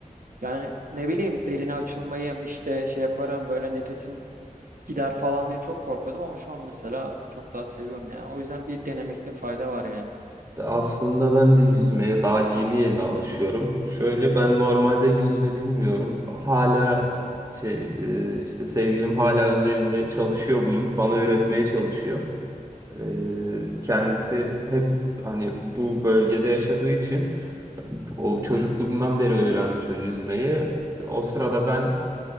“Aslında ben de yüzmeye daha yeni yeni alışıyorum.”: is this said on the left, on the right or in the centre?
Right